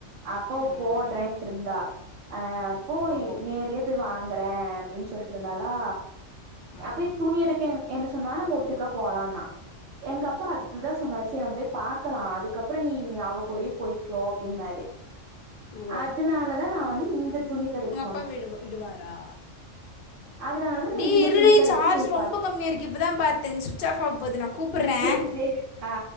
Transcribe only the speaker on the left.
ம்
ஓ
ம்
ஓ
பா விடு விடுவாரா
டி
இரு
டி
சார்ஜ்
ரொம்ப கம்மியா இருக்கு இப்பதா பாத்தே <unintelligible> சுட்ச் ஆஃப் ஆவா போது நா கூப்புட்றே